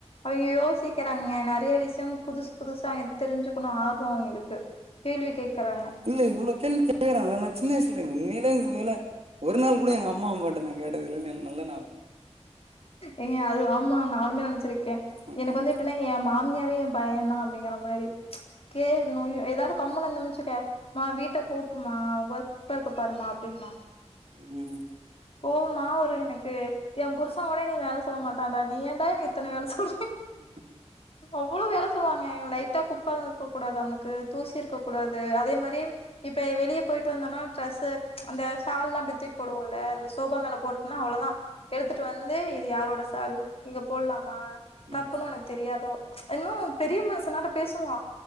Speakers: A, on the left; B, on the right.
A: ஐயையோ ஐயையோ சீ கேக்கறாங்க நறிய விஷ்யோ புதுஸ் புதுசா தெரிஞ்சுக்கணு ஆர்வோ அவங்களுக்கு கேள்வி கேக்குறாங்க
B: இல்ல இவ்ளோ கேள்வி கேக்குறாங்களே நா சின்ன வய்சுல உண்மையிலே இது வேல ஒரு நாள் கூட எங்க அம்மா அப்பாட்ட நா கேட்டதுல்ல எனுக்கு நல்ல ஞாபோகோ இருக்கு
A: ஏங்க அது ஆம்மா நானுமே நெனச்சிருக்கே
B: ம்,
A: எனக்கு வந்து எப்படினா எ மாமியாவே எ பையன்தா அப்படிங்கிற மாரி ம்ச் கே நொய் ஏதாவது கம்முணு இருந்தோனு வச்சுக்கோ மா வீட்ட கூட்டுமா அங்பாரு குப்ப இருக்க பாருமா அப்பின்பாங்க
B: உம்
A: கோவமா வரு எனுக்கு எ புருஷங்கோட என்னைய வேல சொல்ல மாட்டான்டா நீ ஏன்டா எனுக்கு இத்தன வேல சொல்ற
B: உம்
A: அவ்வளோ வேல சொல்லுவாங்க லைட்டா குப்ப இருக்க கூடாது அவனுக்கு தூசி இருக்க கூடாது அதே மாரி இப்ப வெளிய போயிட்டு வந்தோன்னா ட்ரெஸ்சு அந்த ம்ச் ஷால்லா அப்டி தூக் போடுவோம்ல அந்த சோபா மேல போட்னா அவ்ளதா எடுத்துட்டு வந்து இது யாரோட சால் இங்க போடுலாமா
B: ம்,
A: தப்புன்னு உனுக்கு தெரியாதோ ம்ச் என்னம்மோ பெரிய மனசனாட்டோ பேசுவா